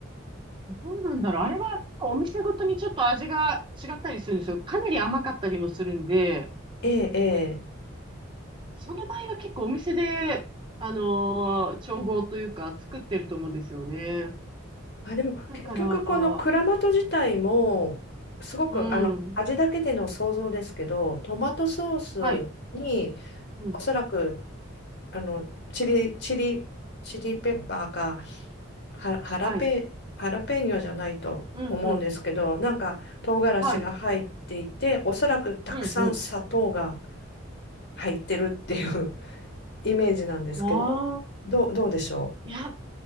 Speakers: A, on the right; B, on the left.
A: どうなんだろう。あれは、お店ごとにちょっと味が違ったりするんですよ。かなり甘かったりもするんで、
B: ええ、ええ。
A: その場合は結構お店で、あのー調合というか作ってると思うんですよね。
B: あ、でも、
A: だから、
B: 結局、このクラマト自体も、すごく、
A: うん。
B: あの、味だけでの想像ですけど、トマトソースに、
A: はい。うん。
B: おそらくあの、チリ、チリ、チリペッパーか、ハハラペ、
A: はい。
B: ハラペーニョじゃないと思うんですけど、
A: うん、うん。
B: なんか唐辛子が入っていて、
A: はい。
B: おそらくたくさん砂糖が
A: うん、う
B: 入ってるっていう <laughs> イメージなんですけど、
A: ん。ああ。
B: どう、どうでしょ
A: いや、